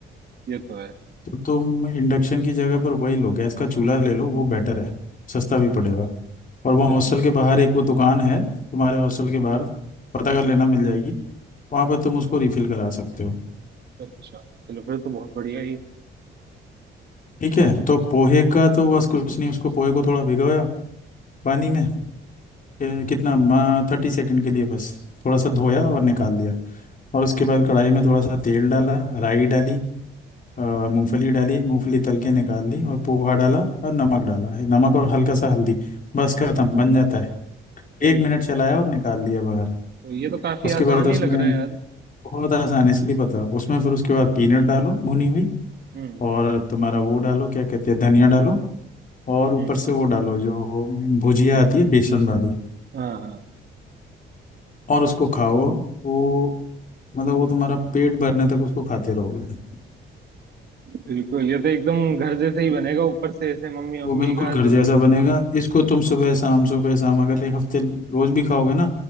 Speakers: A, on the right; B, on the left.
A: ये तो है
B: तो तुम इंडक्शन की जगह पर वही लो गैस का चूल्हा ले लो वो बेटर है सस्ता भी पड़ेगा और वहाँ
A: चलो
B: हॉस्टल के बाहर एक वो दुकान है तुम्हारे हॉस्टल के बाहर पता
A: हम्म
B: कर लेना
A: हम्म,
B: मिल जाएगी वहाँ पर तुम उसको रिफिल करा सकते हो
A: अच्छा चलो फिर तो बहुत बढ़िया है ये
B: ठीक है तो पोहे का तो बस कुछ नहीं उसको पोहे को थोड़ा भिगोया पानी में ये कितना थर्टी सेकंड के लिए बस थोड़ा सा धोया और निकाल लिया और उसके बाद कढ़ाई में थोड़ा सा तेल डाला राई डाली अ, मूंगफली डाली मूंगफली तल के निकाल ली और पोहा डाला और नमक डाला है नमक और हल्का सा हल्दी बस खत्म बन जाता है
A: बिल्कुल
B: एक मिनट चलाया और निकाल लिया बाहर
A: तो ये तो काफी
B: उसके
A: आसान
B: बाद उसमें
A: ही लग रहा है यार
B: बहुत आसान है इसलिए बता उसमें फिर उसके बाद पीनट डालो भुनी हुई
A: हम्म हम्म
B: और तुम्हारा वो डालो क्या कहते हैं धनिया डालो और ऊपर
A: हम्म,
B: से वो डालो जो भुजिया आती है बेसन वाली
A: हाँ हाँ
B: और उसको खाओ वो मतलब वो तुम्हारा पेट भरने तक उसको खाते रहोगे
A: बिल्कुल ये तो एकदम घर जैसे ही बनेगा ऊपर से ऐसे मम्मी मम्मी
B: वो बिल्कुल
A: का
B: घर
A: जो
B: जैसा
A: बनते
B: बनेगा
A: हैं।
B: इसको तुम सुबह शाम सुबह शाम अगर एक हफ्ते रोज भी खाओगे ना